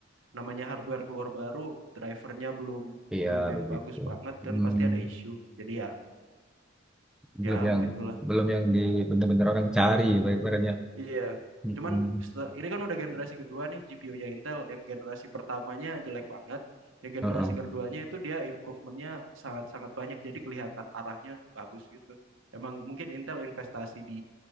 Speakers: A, on the right; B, in the centre.
A: namanya hardware keluar baru, drivernya belum
B: Iya
A: belum yang
B: begitu.
A: bagus banget
B: Hmm.
A: kan pasti ada isu. Jadi ya
B: Belum
A: ya
B: yang
A: begitulah.
B: belum yang di bener-bener orang cari barangnya.
A: Iya.
B: Mm-mm.
A: Cuman setelah- ini kan udah generasi kedua nih GPU-nya Intel. Yang generasi pertamanya jelek banget. Yang generasi
B: Heeh.
A: keduanya itu dia improvementnya sangat-sangat banyak. Jadi kelihatan arahnya bagus gitu. Emang mungkin Intel investasi di